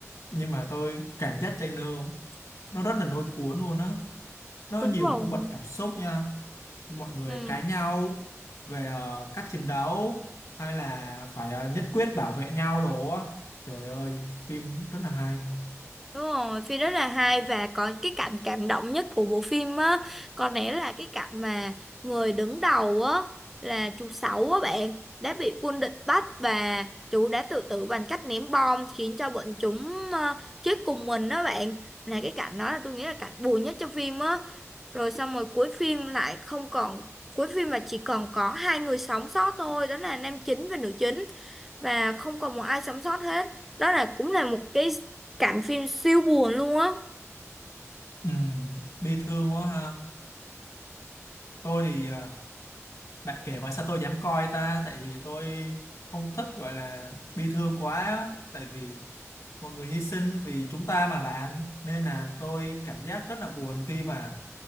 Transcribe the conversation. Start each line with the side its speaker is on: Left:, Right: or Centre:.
Left: nhưng mà tôi cảm giác trailer nó rất là lôi cuốn luôn á nó
Centre: đúng
Left: nhiều
Centre: rồi
Left: cung bậc cảm xúc nha mọi người
Centre: ừ.
Left: cãi nhau về ờ, cách chiến đấu hay là phải ờ, nhất quyết bảo vệ nhau đồ á trời ơi phim rất là hay
Centre: Đúng rồi, phim rất là hay và có cái cảnh cảm động nhất của bộ phim á, có lẽ là cái cảnh mà người đứng đầu á là chú Sáu á bạn đã bị quân địch bắt và chú đã tự tử bằng cách ném bom khiến cho bọn chúng ờ, chết cùng mình đó bạn. Là cái cảnh đó là tôi nghĩ là cảnh buồn nhất trong phim á. Rồi xong rồi cuối phim lại không còn cuối phim mà chỉ còn có hai người sống sót thôi, đó là nam chính và nữ chính và không còn một ai sống sót hết. Đó là cũng là một cái cảnh phim siêu buồn luôn á
Left: Ừm, bi thương quá ha tôi thì ờ, bạn kể vậy sao tôi dám coi ta tại vì tôi không thích gọi là bi thương quá tại vì mọi người hy sinh vì chúng ta mà bạn nên là tôi cảm giác rất là buồn khi mà